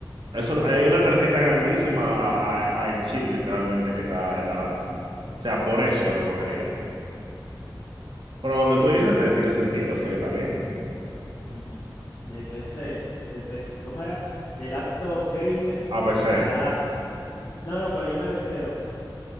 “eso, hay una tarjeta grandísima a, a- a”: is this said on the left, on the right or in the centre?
Right